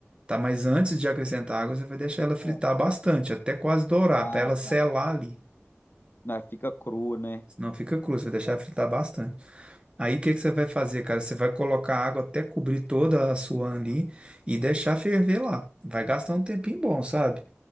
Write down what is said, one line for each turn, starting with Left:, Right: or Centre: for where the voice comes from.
Right: Tá, mas antes de acrescentar água, você vai deixar ela fritar
Left: Ah,
Right: bastante, até quase dourar,
Left: Ah,
Right: pra ela selar ali.
Left: né, fica cru, né?
Right: Senão fica crua, você vai deixar ela fritar bastante. Aí o que que você vai fazer, cara? Você vai colocar água até cobrir toda a sua ali e deixar ferver lá. Vai gastar um tempinho bom, sabe?